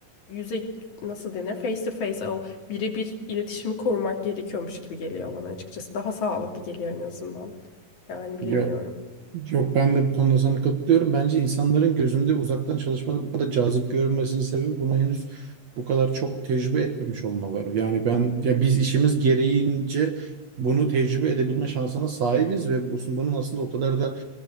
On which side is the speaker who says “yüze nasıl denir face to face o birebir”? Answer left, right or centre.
Left